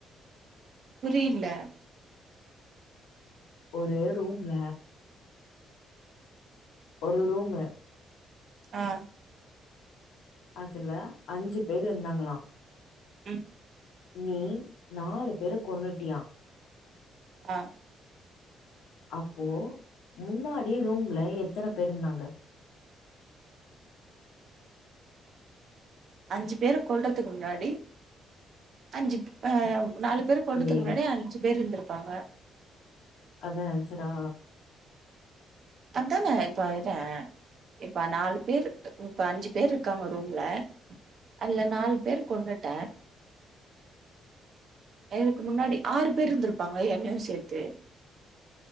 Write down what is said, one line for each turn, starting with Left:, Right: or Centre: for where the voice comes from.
Right: புரியில
Left: ஒரு ரூம்ல ஒரு ரூமு
Right: அ
Left: அதுல அஞ்சு பேர் இருந்தாங்களா
Right: ம்
Left: நீ நாலு பேரு கொன்னுட்டியா
Right: அ
Left: அப்போ முன்னாடி ரூம்ல எத்தன பேர் இருந்தாங்க
Right: அஞ்சு பேரு கொல்றதுக்கு முன்னாடி அஞ்சு அ நாலு பேரு கொல்றதுக்கு
Left: ஏ
Right: முன்னாடி அஞ்சு பேர் இருந்திருப்பாங்க
Left: அதா ஆன்சரா
Right: அதான இப்ப இற இப்ப நாலு பேர் இப்ப அஞ்சு பேர் இருக்காங்க ரூம்ல அல்ல நாலு பேர் கொன்னுட்ட எனதுக்கு முன்னாடி ஆறு பேர் இருந்திருப்பாங்க என்னயு சேத்து